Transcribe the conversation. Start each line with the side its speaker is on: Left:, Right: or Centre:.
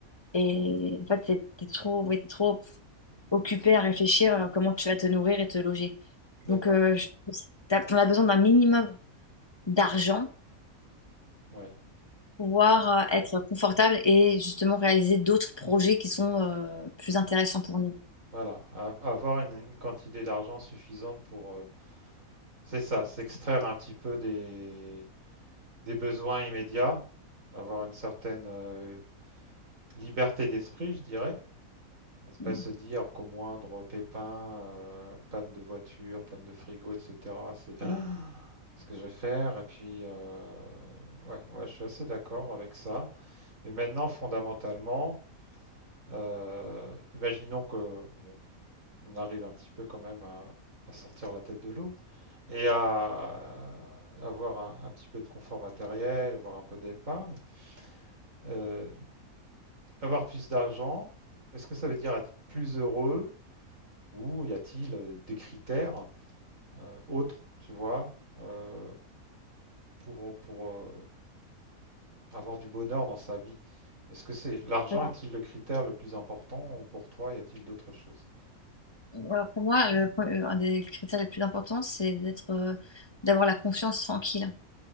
Left: Et en fait, t'es t'es trop, ouais, t'es trop occupé à réfléchir à comment tu vas te nourrir et te loger.
Right: d'accord.
Left: Donc, euh, je- t'as- on a besoin d'un minimum
Right: Mhm.
Left: d'argent
Right: Ouais,
Left: pour pouvoir euh, être confortable et justement réaliser d'autres projets qui sont euh, plus intéressants pour nous.
Right: voilà. A- Avoir une, une quantité d'argent suffisante pour, euh, c'est ça, s'extraire un petit peu des, des besoins immédiats, avoir une certaine euh, liberté d'esprit, je dirais. On ne pas
Left: Mm.
Right: se dire qu'au moindre pépin, euh, panne de voiture, panne de frigo, etc., c'est Ah qu'est-ce que je vais faire? Et puis, euh, ouais, ouais, je suis assez d'accord avec ça. Mais maintenant, fondamentalement, euh, imaginons que, bon, on arrive un petit peu quand même à, à sortir la tête de l'eau et à avoir un, un, petit peu de confort matériel, avoir un peu d'épargne, euh, avoir plus d'argent. Est-ce que ça veut dire être plus heureux ou y a-t-il euh, des critères euh, autres, tu vois, euh, pour, pour euh, avoir du bonheur dans sa vie Est-ce que c'est l'argent
Left: Voilà.
Right: est-il le critère le plus important ou pour toi y a-t-il d'autres choses
Left: Alors, pour moi, le point- euh, un des critères les plus importants, c'est d'être, euh, d'avoir la confiance tranquille.